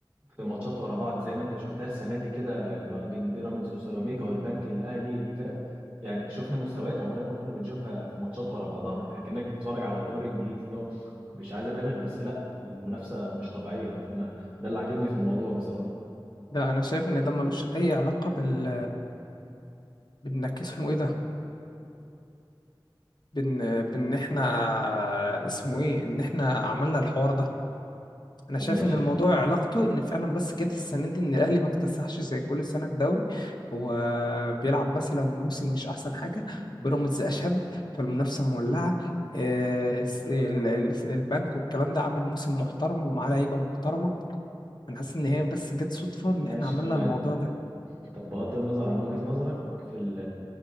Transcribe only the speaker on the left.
لا انا شايف ان ده ملوش اي علاقه بال بانك اسمه ايه ده بان بان احنا اسمه ايه ان احنا عملنا الحوار ده انا
شايف
ان الموضوع علاقته ان فعلا بس جت السنه دي ان الاهلي ما اكتسحش زي كل سنه الدوري هو بيلعب مثلا موسم مش احسن حاجه بيراميدز اشد فالمنافسه مولعه آه، الس- ال- ال- البنك والكلام ده عامل موسم محترم ومعاه لعيبه محترمه انا حاسس ان هي بس جت صدفه ان
احنا عملنا
الموضوع ده